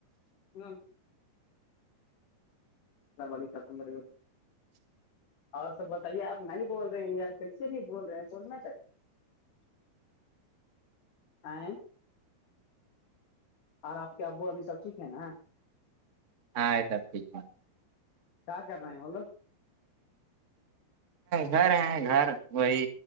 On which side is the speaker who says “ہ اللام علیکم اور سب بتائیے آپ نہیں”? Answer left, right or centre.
Left